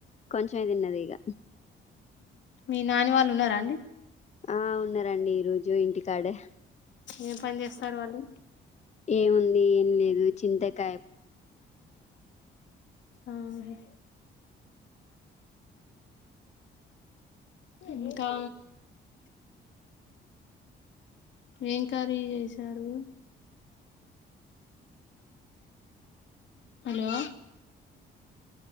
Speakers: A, on the left (about 35°); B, on the left (about 70°).
A: కొంచం తిన్నది ఇగ
B: మీ నాని వాళ్ళు ఉన్నారా అండి
A: ఆ ఉన్నారండి ఈ రోజు ఇంటికాడే
B: ఏం పని చేస్తారు వాళ్ళు
A: ఏముంది ఏం లేదు చింతకాయ అంది
B: ఆహా ఇంకా ఎం కర్రీ చేసారు హలో